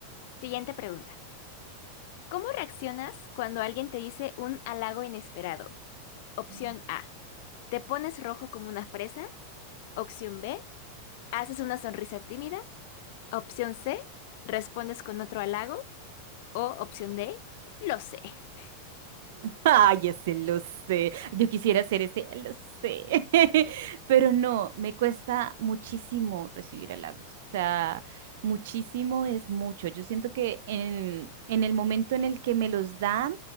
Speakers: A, on the left; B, on the right.
A: siguiente pregunta. ¿Cómo reaccionas cuando alguien te dice un halago inesperado? Opción
B: Ujú.
A: A, te pones rojo como una fresa. Opción B, haces una sonrisa tímida. Opción C, respondes con otro halago. O opción D, lo sé. <laughs>
B: Ay, ese lo sé. Yo quisiera ser ese, lo sé. <laughs> Pero no, me cuesta muchísimo recibir halagos. O sea, muchísimo es mucho. Yo siento que en, en el momento en el que me los dan,